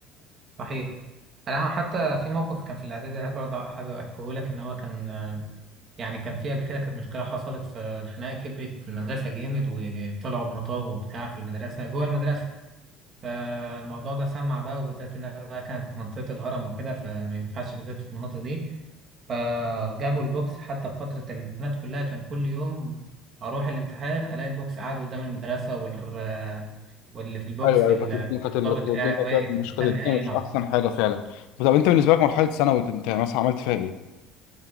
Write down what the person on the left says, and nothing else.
ايوه ايوه
كانت الدنيا كانت ال- كانت الدنيا
فعلا مش
كانت الدنيا
مش
احسن حاجه فعلا طب انت بالنسبه لك مرحله ثانوي انت مثلا عملت فيها ايه؟